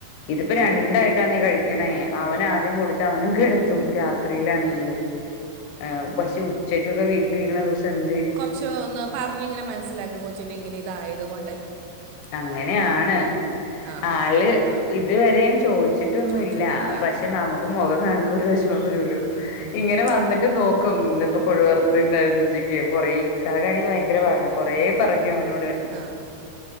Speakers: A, on the left; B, on the right.
A: ഇതിപ്പോ രണ്ടായിട്ടാന്നെ കഴിക്കണേ അവന് ആദ്യം കൊടുത്ത് അവനെ കിടത്തും രാത് ത്രിലാണെങ്കില്
B: ഉം
A: ആഹ് പക്ഷേ ഉച്ചക്കൊക്കെ വീട്ടിലിരിക്കണ ദിവസം എന്തെയ്യ്
B: ച്ചൊ ഒന്ന് പറഞ്ഞു ഇങ്ങനെ മനസ്സിലാക്ക കൊച്ചിന്റെ ഇങ്ങനെ ഇതായത് കൊ
A: അങ്ങനെയാണ്
B: ആ
A: ആള്
B: ആ
A: ഇതുവരെയും ചോദിച്ച് ട്ടൊന്നുല്ല
B: ചോദിച്ചിട്ടില്ല
A: പക്ഷെ
B: ആ
A: നമുക് മുഖം കാണുമ്പോ ഒരു വിഷമം വരുല്ലോ
B: ഉം.
A: ഇങ്ങനെ വന്നട്ട് നോക്കും ഇന്നിപ്പോ കൊഴുവർ ന്തായന്ന് ഉച്ചക്ക് കൊറെേക്ക കാണ ഭയങ്കര പാടാ കൊറേ പറഞ്ഞു അവനോട്
B: ആഹ്